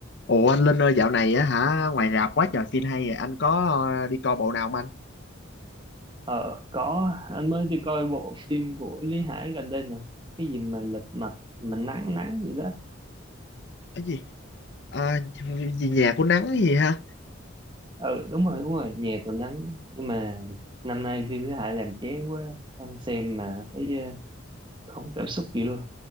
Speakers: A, on the left; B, on the right.
A: Ủa anh Linh ơi dạo này á hả ngoài rạp quá trời phim hay rồi anh có ờ, đi coi bộ nào không anh?
B: Ờ, có, anh mới đi coi bộ phim của Lý Hải gần đây nè. Cái gì mà lật mặt, mà nắng nắng gì đó.
A: Cái gì? À, gì nhà của nắng gì hả?
B: Ừ, đúng rồi, đúng rồi, nhà còn nắng. Nhưng mà năm nay phim Lý Hải làm chán quá. Anh xem mà thấy ờ, không có cảm xúc gì luôn.